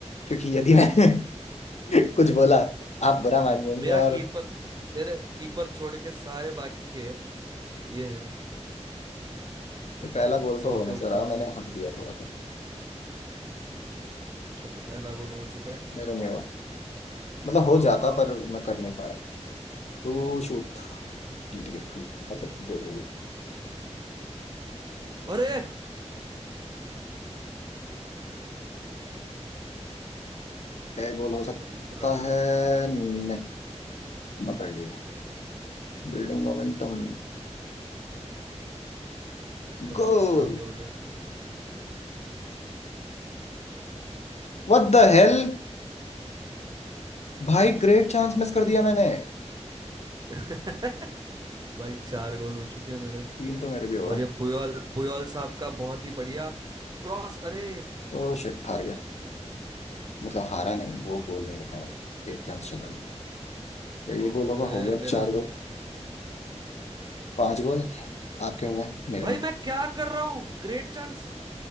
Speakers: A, on the left; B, on the right.
A: क्योंकि यदि
B: <laughs>
A: मैं कुछ बोला आप बुरा मान जाएंगे
B: मेरा
A: और
B: कीपर मेरे कीपर छोड़ के सारे बाकी के ये है
A: पहला गोल
B: सौ
A: तो हो नहीं
B: के ऊपर
A: सर
B: है
A: मैंने हक दिया थोड़ा सा
B: चलो पहला गोल हो चुका है
A: मेरा नहीं हुआ मतलब हो जाता पर मैं कर नहीं पाया टू शूट जीत गया मतलब गोल हो गया
B: अरे
A: क्या गोल हो सकता
B: चलो दूसरा गोल
A: है नहीं पकड़ लिया Building momentum
B: चलो
A: Goal
B: तीसरा भी हो गया
A: What the hell भाई ग्रेट चांस मिस कर दिया मैंने
B: <laughs> भाई चार गोल हो चुके हैं मेरे
A: तीन तो मेरे भी हो
B: और
A: गए
B: ये पुयोल पुयोल साहब का बहुत ही बढ़िया क्रॉस अरे
A: तो शिट हार गया मतलब हारा नहीं वो गोल नहीं हो पाया एक चांस चला गया क्या ये गोल
B: अरे
A: होगा हो गया
B: मेरा
A: चार गोल पांच गोल आपके हो गए मेरे
B: भाई
A: नहीं
B: मैं क्या कर रहा हूँ ग्रेट चांस